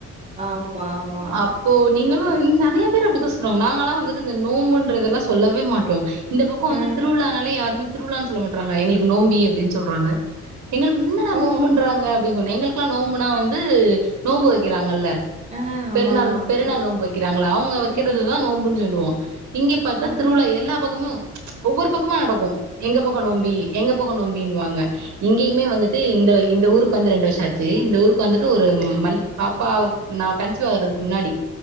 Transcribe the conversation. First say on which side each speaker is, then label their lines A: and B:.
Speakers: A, on the right; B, on the right.
A: ஆமா ஆமா
B: அப்போ நீங்களு ஓ இங் நெறைய பேரு அப்டிதா சொல்றாங்க நாங்கல்லா வந்துட்டு இந்த நோம்புன்றதெல்லா சொல்லவே மாட்டோ இந்த பக்கோ வந்து
A: ஆ
B: திருவிழானாலே யாருமே திருவிழான் சொல்ல மாட்றாங்க எங்களுக்கு நோம்பி அப்டின் சொல்றாங்க எங்களுக்கு என்னடா
A: ஓ
B: நோம்புன்றாங்க அப்டிங்கு எங்கள்க் க்ளா நோம்புனா வந்து நோம்பு வக்கிறாங்கள்ல
A: ஆ
B: பெருநாள்னு
A: ஆமா ஆமா ஆமா
B: பெருநாள் நோம்பு வக்கிறாங்களா அவ்ங்க வக்கிறததா
A: ம்
B: நோம்புன் சொல்லுவோ இங்கெ பாத்தா
A: ஓகே
B: திருவிழா எல்லா பக்கமு ஒவ்வொரு பக்கமா நடக்கு எங்க பக்க நோம்பி எங்க பக்க நோம்பினுவாங்க இங்கேயுமே வந்துட்டு இந்த இந்த ஊருக் கு வந்து ரெண்டு வர்ஷ ஆச்சு இந்த ஊருக் கு வந்துட்டு
A: ஆ
B: ஒரு மல்லி பாப்பாவுக் நா கன்சி சிவாகறதுக்கு முன்னாடி